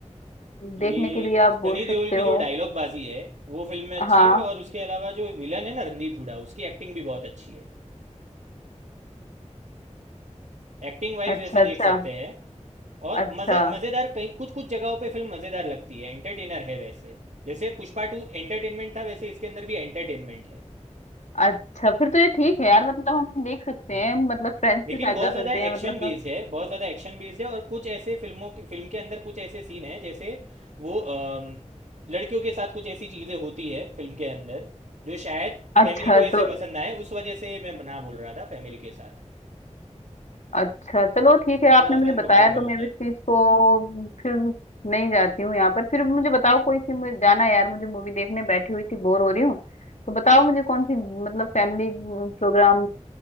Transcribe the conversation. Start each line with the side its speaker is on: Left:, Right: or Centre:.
Right: ये
Left: देखने के लिए आप
Right: सनी
Left: बोल सकते
Right: देओल की
Left: हो
Right: जो डायलॉग बाजी है वो फिल्म में अच्छी
Left: हाँ
Right: है और उसके अलावा जो विलन है ना रणदीप हुडा उसकी एक्टिंग भी बहुत अच्छी है एक्टिंग वाइज
Left: अच्छा
Right: वैसे
Left: अच्छा
Right: देख सकते हैं और
Left: अच्छा
Right: मज़ा मज़ेदार कई कुछ कुछ जगहों पे फिल्म मज़ेदार लगती है एंटरटेनर है वैसे जैसे पुष्पा टू एंटरटेनमेंट था वैसे इसके अंदर भी एंटरटेनमेंट है
Left: अच्छा फिर तो ये ठीक है यार मतलब हम देख सकते
Right: हाँ
Left: हैं मतलब फ्रेंड्स
Right: लेकिन
Left: के साथ
Right: बहुत
Left: जा सकते
Right: ज़्यादा
Left: हैं
Right: एक्शन
Left: मतलब सब-
Right: बेस्ड है बहुत ज़्यादा एक्शन बेस्ड है और कुछ ऐसे फिल्मों के फिल्म के अंदर कुछ ऐसे सीन हैं जैसे वो अम, लड़कियों के साथ कुछ ऐसी चीज़ें होती है फिल्म के अंदर जो शायद
Left: अच्छा
Right: फैमिली को ऐसे
Left: तो
Right: पसंद ना आए उस वजह से मैं ना बोल रहा था फैमिली के साथ
Left: अच्छा चलो ठीक है आपने
Right: थोड़ा
Left: मुझे
Right: सा अनकंफर्टेबल
Left: बताया तो मैं
Right: हो जाए
Left: अब इस चीज को फिर नहीं जाती हूँ यहाँ पर फिर मुझे बताओ कोई सी मुझे जाना है यार मुझे मूवी देखने बैठी हुई थी बोर हो रही हूँ तो बताओ मुझे कौन सी मतलब फैमिली प्रोग्राम